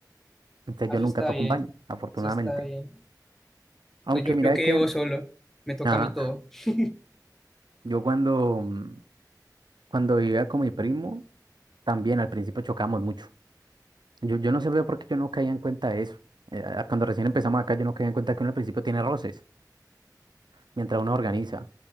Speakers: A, on the right; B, in the centre.
A: Entonces
B: Ah,
A: yo
B: Eso
A: nunca
B: está
A: toco
B: bien,
A: un baño, afortunadamente.
B: eso está bien.
A: Aunque
B: Pues yo,
A: mira
B: yo que
A: es que,
B: llevo solo, me toca
A: ajá,
B: a mí todo. <laughs>
A: yo cuando, mm, cuando vivía con mi primo, también al principio chocábamos mucho. Yo, yo no sé por qué yo no caía en cuenta de eso. Eh, a- cuando recién empezamos acá, yo no caía en cuenta que uno al principio tiene roces, mientras uno organiza.